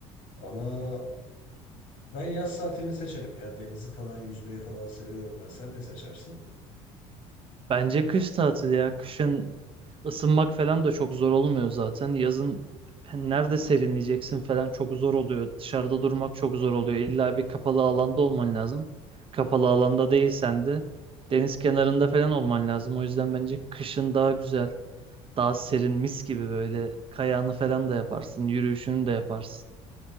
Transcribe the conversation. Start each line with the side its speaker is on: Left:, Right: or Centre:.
Left: Ama ben yaz tatilini seçerim ya. Denizi falan yüzmeyi falan seviyorum ben. Sen ne seçersin?
Right: Bence kış tatili ya. Kışın ısınmak falan da çok zor olmuyor zaten. Yazın nerede serinleyeceksin falan çok zor oluyor. Dışarıda durmak çok zor oluyor. İlla bir kapalı alanda olman lazım. Kapalı alanda değilsen de deniz kenarında falan olman lazım. O yüzden bence kışın daha güzel, daha serin, mis gibi böyle kayağını falan da yaparsın, yürüyüşünü de yaparsın.